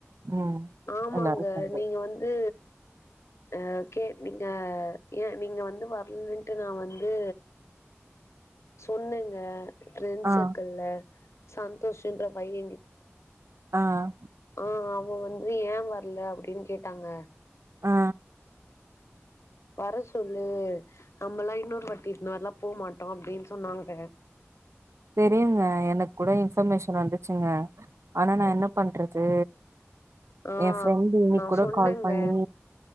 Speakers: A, on the right (about 80°); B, on the left (about 80°).
A: ம்
B: ஆமாங்க
A: எல்லாரு சேந்து
B: நீங்க வந்து அஹ் ஓகே நீங்க ஏன் நீங்க வந்து வரலன்ட்டு நா வந்து சொன்னேங்க ஃப்ரெண்ட்
A: ஆ
B: சர்க்கிள்ல சந்தோஷ் ன்ற பையகி
A: ஆஹ்
B: ஆஹ் அவன் வந்து ஏன் வரல அப்டின்னு கேட்டாங்க
A: ஆ
B: வர சொல்லு நம்மல்லா இன்னொரு வாட்டி இந்மாரில்லா போக மாட்டோ அப்புடின்னு சொன்னாங்க
A: தெரியுங்க எனக் கூட இன்ஃபர்மேஷன் வந்துச்சுங்க ஆனா நா என்ன பண்றது
B: ஆ
A: ஏன் ஃப்ரெண்டு் இன்னைக்
B: நா
A: கூட
B: சொன்னேங்க
A: கால் பண்ணி